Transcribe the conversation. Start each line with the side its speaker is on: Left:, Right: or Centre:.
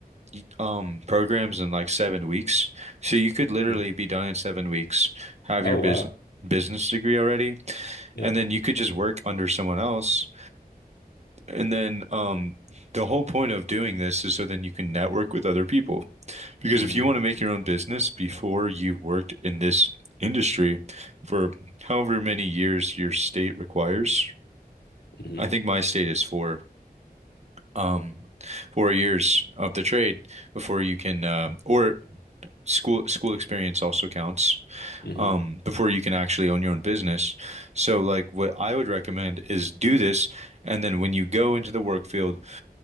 Right: y- um programs in like seven weeks. So you could literally
Left: Mm.
Right: be done in seven weeks, have
Left: Oh
Right: your business
Left: wow.
Right: business degree already,
Left: Yeah.
Right: and then you could just work under someone else. And then um the whole point of doing this is so then you can network with other people. Because
Left: hmm
Right: if you want to make your own business before you've worked in this industry for however many years your state requires,
Left: hmm
Right: I think my state is four, um, four years of the trade before you can, um, or school school experience also counts,
Left: hmm
Right: um, before you can actually own your own business. So, like, what I would recommend is do this, and then when you go into the work field,